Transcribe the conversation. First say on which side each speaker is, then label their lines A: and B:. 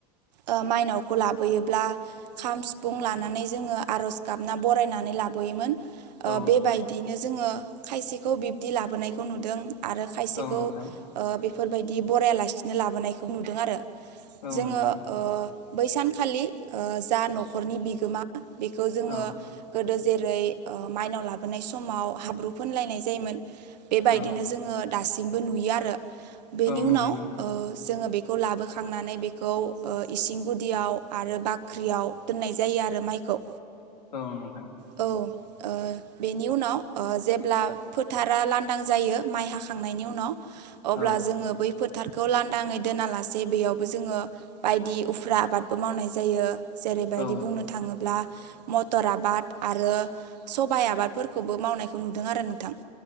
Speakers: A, on the right; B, on the left.
A: ओ माइनावखौ लाबोयोब्ला खाम सिफुं लानानै जोङो आरज गाबना बरायनानै लाबोयोमोन। ओ
B: औ
A: बेबायदियैनो
B: नोंथां
A: जोङो खायसेखौ बिब्दि लाबोनायखौ नुदों आरो खायसेखौ
B: औ नोंथां
A: ओ बेफोरबायदि बरायालासिनो लाबोनायखौ नुदों आरो।
B: औ
A: जोङो
B: नुदों नोंथां
A: ओ बै सानखालि ओ जा न'खरनि बिगोमा बेखौ जोङो
B: औ
A: गोदो जेरै ओ माइनाव लाबोनाय समाव हाब्रु फोनलायनाय जायोमोन बेबायदिनो
B: औ
A: जोङो दासिमबो नुयो आरो बेनि
B: औ नुयो
A: उनाव
B: नोंथां
A: ओ जोङो बे खौ लाबोखांनानै बे खौ ओ इसिं गुदियाव आरो बाख्रियाव दोननाय जायो आरो माइखौ।
B: औ नोंथां।
A: औ। ओ बेनि उनाव ओ जेब्ला फोथारा लांदां जायो माइ हाखांनायनि उनाव अब्ला
B: औ
A: जोङो बै फोथारखौ लांदाङै दोनालासे बेयावबो जोङो बायदि उफ्रा आबादबो मावनाय जायो जेरैबायदि
B: औ
A: बुंनो थाङोब्ला मतर आबाद आरो सबाइ आबादफोरखौबो मावनायखौ नुदों आरो नोंथां।